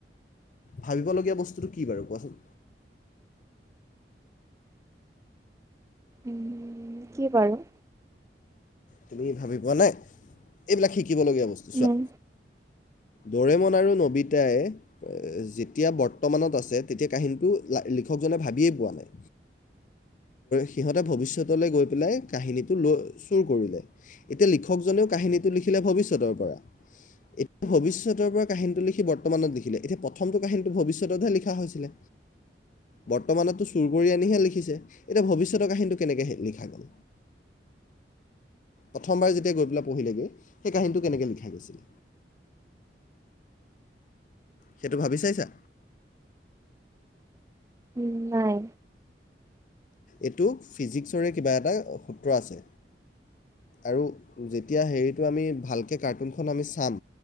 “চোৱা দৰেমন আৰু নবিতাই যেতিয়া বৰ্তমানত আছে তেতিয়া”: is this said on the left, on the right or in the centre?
Left